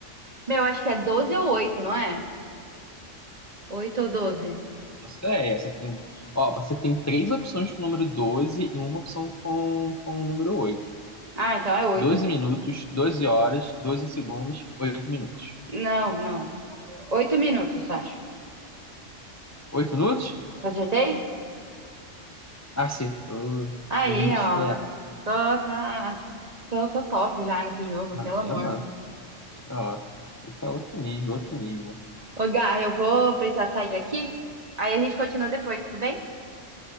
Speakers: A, on the right; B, on the left.
A: meu, acho que é 12 ou 8, não é? 8 ou doze?
B: Não sei, essa tem... Ó, você tem três opções com o número 12 e uma opção com, com o número oito
A: Ah, então é 8.
B: doze minutos, 12 horas, 12 segundos, oito minutos.
A: Não, não. 8 minutos, acho.
B: oito minutos?
A: Acertei?
B: Acertou.
A: Aí,
B: Menino esperto.
A: ó. Tô, tá, tô, tô top já nesse jogo,
B: Tá
A: pelo
B: vendo?
A: amor.
B: Ó, outro outro nível, outro nível.
A: Ô, Gá, eu vou precisar sair aqui. Aí a gente continua depois, tudo bem?